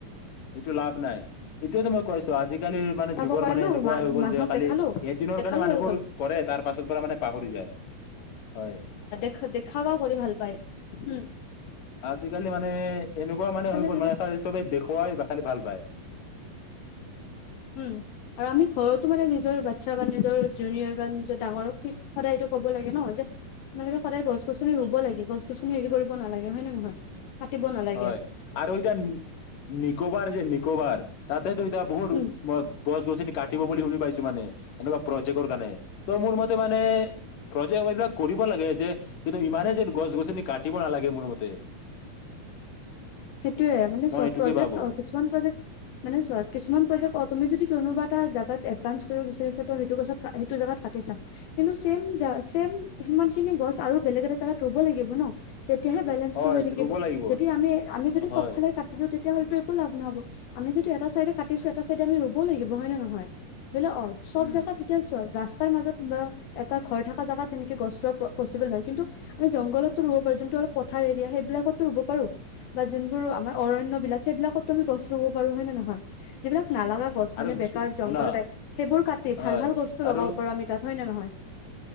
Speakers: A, on the left; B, on the left.
A: এইটো লাভ নাই এইটোয়ো মই কৈছো আজিকালি। আজিকালিৰ মানে
B: খাব
A: যুগৰ
B: কৰালো
A: মানে এনেকুৱা হৈ গল
B: মানুহক
A: যে খালি
B: দেখালো
A: এদিনৰ
B: দেখালো
A: কাৰণে মানুহবোৰ
B: হৈ গ'ল
A: কৰে তাৰ পাছৰ পৰা মানে পাহৰি যায় হয়।
B: দেখুৱা কৰি ভাল পায় হম।
A: আজিকালি মানে এনেকুৱা মানে হৈ গ'ল
B: ধৰি
A: মানে
B: লওক
A: চ চবে দেখুৱাই বা খালি ভাল পায়।
B: উম আৰু আমি ঘৰতো মানে নিজৰ বাচ্ছা বা নিজৰ জুনিয়ৰ বা নিজৰ ডাঙৰক সদায়টো কব লাগে ন তোমালোকে সদায় গছ গছনি ৰুব লাগে গছ গছনি হেৰি কৰিব নালাগে হয় নে নহয়? কাটিব নালাগে
A: হয় আৰু ঐটা নিকোবাৰ যে নিকোবাৰ। তইটো এতিয়া বহুত
B: উম,
A: গছ গছ ক। কাটিব বুলি শুনি পাইছো মানে এনেকুৱা প্ৰজেক্টৰ কাৰণে ত' মোৰ মতে মানে প্ৰজেক্ট এইবিলাক কৰিব লাগে যে কিন্তু ইমানো যে গছ গছনি কাটিব নালাগে মোৰ মতে।
B: সেইটোয়ে মানে
A: মই
B: চব
A: এইটোকে
B: প্ৰজেক্ট
A: ভাবো
B: অ কিছুমান প্ৰজেক্ট মানে চ কিছুমান প্ৰজেক্ট অ তুমি যদি কোনোবা। এটা জাগাত এডভানস কৰিব বিচাৰিছো ত সেইটো গছত সেইটো জাগাত কাটিছা কিন্তু ছেম চছেম সিমান খিনি গছ আৰু বেলেগ এটা জাগাত ৰুব লাগিব ন। তেতিয়াহে বেলেঞ্চটো
A: হয়
B: হৈ থাকিব
A: ৰুব লাগিব
B: যদি আমি। আমি যদি
A: হয়
B: চব ফালে কাটি দিওঁ তেতিয়াহলেতো একো লাভ নহ'ব আমি যদি এটা চাইডে কাটিছো এটা চাইডে আমি ৰুবও লাগিব হয় নে নহয়। বুলে অ চব
A: উম
B: জেগাত তেতিয়া ছয়। তাৰ মাজত কিবা এটা ঘৰ থকা জেগাত সেনেকে গছ পুলি। পচিবল নহয় কিন্তু
A: উম
B: আমি জংগল। ৰুব পাৰো যোনটো অলপ পথাৰ এৰিয়া সেইবিলাকতো ৰুব পাৰো। বা যোনবোৰ আমাৰ অৰণণ্য বিলাক সেইবিলাকতো আমি গছ ৰুব পাৰো হয় নে নে নহয় যিবিলাক। নালাগা গছ
A: আৰু
B: মানে বেকাৰ
A: শুনা
B: জংঘল টাইপ সেইবোৰ কাটি
A: হয়
B: ভাল ভাল গছ্তটো
A: আৰু
B: লগাব পাৰ আমি তাত হয় নে নহয়।